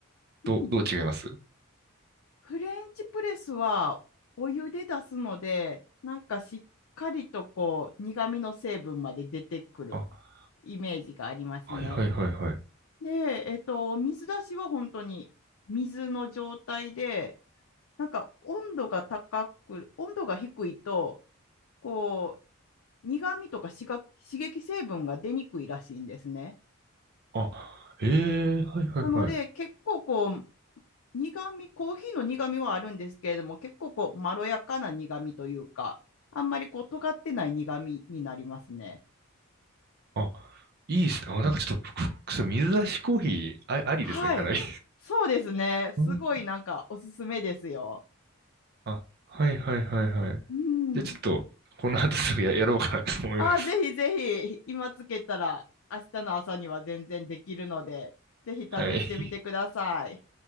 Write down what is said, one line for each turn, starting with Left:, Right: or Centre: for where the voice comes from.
Left: うん。
Right: どう、どう違います
Left: フレンチプレスはお湯で出すので、なんかしっかりとこう苦味の成分まで出てくる
Right: あ、
Left: イメージがありますね。
Right: はいはいはいはい。
Left: で、えっと、水出しは本当に水の状態で、なんか温度が高く、温度が低いと、こう苦味とか刺激刺激成分が出にくいらしいんですね。
Right: あ、ええはいはいはい。
Left: なので結構こう苦味コーヒーの苦味はあるんですけれども結構こうまろやかな苦味というかあんまりこう尖ってない苦味になりますね。
Right: あ、いいですね。あ、なんかちょっと、くそ、水出しコーヒー、あ、ありですね、
Left: はいそうですねすごいなんかおすすめですよ。
Right: かなり。うんあ、はいはいはいはい。
Left: うん
Right: じゃあちょっと、この後すぐや、やろうかなと思います。
Left: あーぜひぜひ今つけたら明日の朝には全然できるのでぜひ試してみてください。
Right: はい。